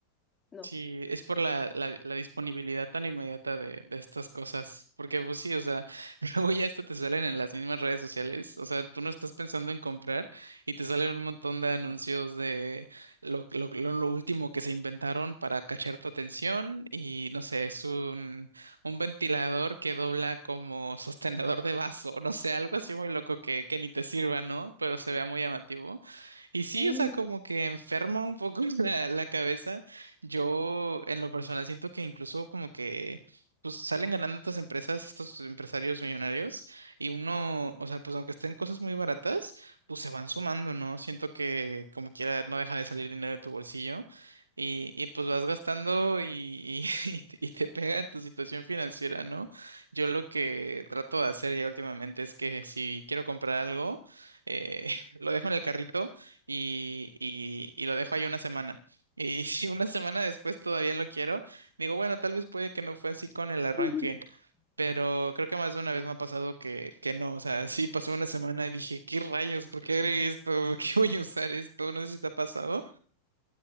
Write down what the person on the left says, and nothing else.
no.
Sí.
<laughs>